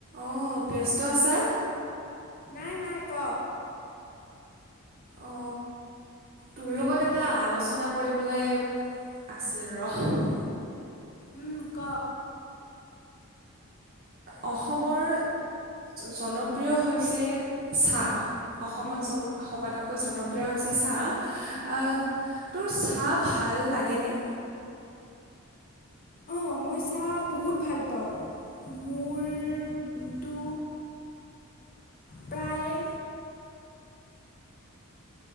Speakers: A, on the right (about 40°); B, on the left (about 40°).
A: আহ ব্যস্ত আছা।
B: নাই নাই ক।
A: অ তোৰ লগত এটা আলোচনা কৰিবলৈ আছিল ৰ।
B: উম ক।
A: অসমৰ জনপ্ৰিয় হৈছে চাহ। অসমত
B: উম
A: চব সবাতকৈ জনপ্ৰিয়
B: উম উম
A: হৈছে চাহ
B: উম
A: আহ
B: উম
A: তোৰ ভাল লাগেনে?
B: অঁ মই চাহ বহুত ভাল পাওঁ মোৰ দিনটো প্ৰায়